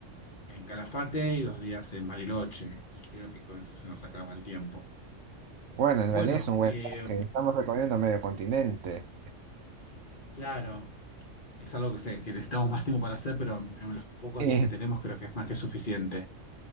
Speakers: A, on the left; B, on the right.
A: en Calafate y dos días en Bariloche, y creo que con eso se nos acaba el tiempo.
B: Bueno, en
A: Bueno,
B: realidad es un buen
A: eh,
B: viaje. Estamos recorriendo medio continente.
A: claro, es algo que, sé, que necesitamos más tiempo para hacer, pero en, en los pocos
B: Sí.
A: días que tenemos creo que es más que suficiente.